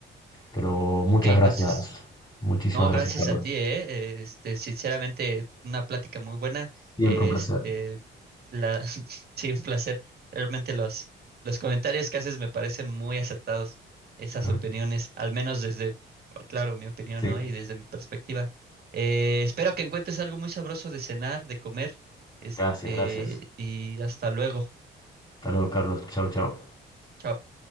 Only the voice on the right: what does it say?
ok, güey,
entonces,
No,
gracias
a ti, eh. Este, sinceramente, una plática muy buena.
Este,
la, <laughs> sí, un placer. Realmente los, los comentarios que haces me parecen muy acertados, esas
opiniones, al menos desde, claro, mi opinión,
¿no? Y desde mi perspectiva. Eh, espero que encuentres algo muy sabroso de cenar, de comer. Este,
y hasta luego.
Chao.